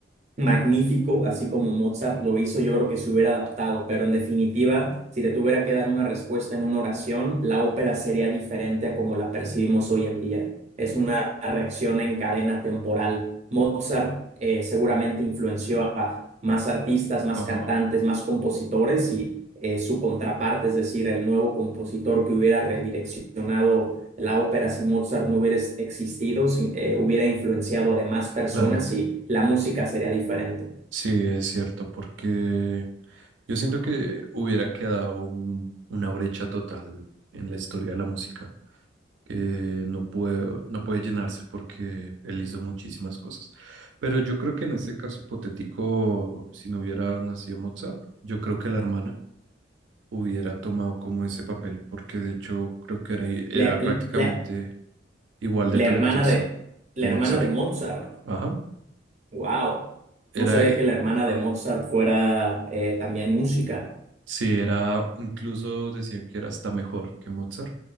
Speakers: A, on the right (about 40°); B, on the right (about 85°).
A: magnífico, así como Mozart lo hizo, yo creo que se hubiera adaptado, pero en definitiva, si te tuviera que dar una respuesta en una oración, la ópera sería diferente a como la percibimos hoy en día. Es una reacción en cadena temporal. Mozart eh, seguramente influenció a más artistas, más
B: Ajá.
A: cantantes, más compositores y eh, su contraparte, es decir, el nuevo compositor que hubiera redireccionado la ópera si Mozart no hubiera existido, si- eh, hubiera influenciado a demás personas
B: Claro,
A: y la música sería diferente.
B: sí, es cierto, porque yo siento que hubiera quedado un- una brecha total en la historia de la música, que no puede, no puede llenarse porque él hizo muchísimas cosas. Pero yo creo que en ese caso hipotético, si no hubiera nacido Mozart, yo creo que la hermana hubiera tomado como ese papel, porque de hecho creo que era, era
A: La,
B: prácticamente
A: la-
B: igual de
A: la
B: talentosa
A: hermana de,
B: de
A: la
B: Mozart.
A: hermana de Mozart,
B: Ajá.
A: wow.
B: Era,
A: No sabía
B: i-
A: que la hermana
B: ajá.
A: de Mozart fuera eh, también música.
B: sí, era, incluso decían que era hasta mejor que Mozart,